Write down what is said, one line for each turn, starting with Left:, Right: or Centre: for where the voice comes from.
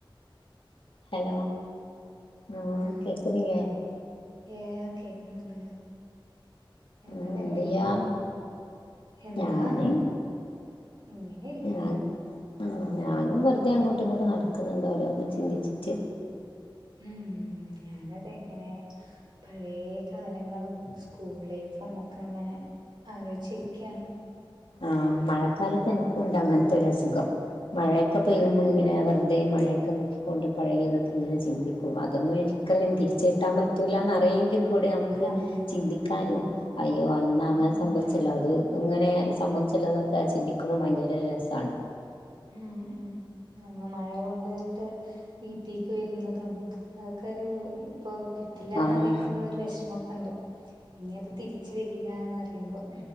Left: <inaudible> Hello ആ
Right: ആഹ്
Left: കേക്കുന്നില്ലേ
Right: ഏ കേക്കുന്നുണ്ട് എന്താ
Left: ആഹ്
Right: പരിപാടി
Left: എന്തെയ്യാ
Right: എന്താ
Left: ഞാന്
Right: ഇങ്ങനെ ഇരിക്ക്ന്ന്
Left: ഞാൻ ആഹ് ഞാനും വെറുതെ അങ്ങോട്ടും ഇങ്ങോട്ടും നടക്ക്ന്ന്ണ്ട് ഓരോന്ന് ചിന്തിച്ചിട്ട്
Right: മ് ഞാനതെ ഇങ്ങനെ പഴേ കാലങ്ങളും സ്കൂൾ ലൈഫും ഒക്കെ ഇങ്ങനെ ആലോച്ചിരിക്കയാണ്
Left: ആഹ് മഴക്കാലത്ത് എനക്കുണ്ട് അങ്ങനത്തെ ഒരു അസുഖം മഴയൊക്കെ പെയ്യുമ്പോ
Right: അതെ
Left: ഇങ്ങനെ
Right: അതെ
Left: വെറുതെ മഴയൊ ഒക്കെ നോക്കിക്കൊണ്ട് പഴയതൊക്കെ ഇങ്ങനെ ചിന്തിക്കും അതൊന്നും ഒരിക്കലും ഇനി തിരിച്ച് കിട്ടാൻ പറ്റൂലാന്ന് അറിയെങ്കിലും കൂടി നമക്ക്
Right: അതെ അതെ
Left: ചിന്തിക്കാനും അയ്യോ അന്ന് അങ്ങനെ
Right: ഉം
Left: സംഭവിച്ചല്ലോ
Right: ഉം
Left: അത് ഇങ്ങനെ സംഭവിച്ചല്ലോന്ന് ഒക്കെ ചിന്തിക്കുമ്പോ ഭയങ്കരോരു രസാണ്
Right: മ് മ് നമ്മള് മഴ കൊണ്ട്ട്ട് വീ ട്ടീക്ക് വെരുന്നതും അതൊക്കൊരു ഇപ്പോ കിട്ടില്ലാന്ന്
Left: ആഹ്
Right: ആലോയിക്കുമ്പോളൊരു വെഷമൊക്കെണ്ട് ഇനി അത് തിരിച്ച് വരില്ലാന്നറിയുമ്പോ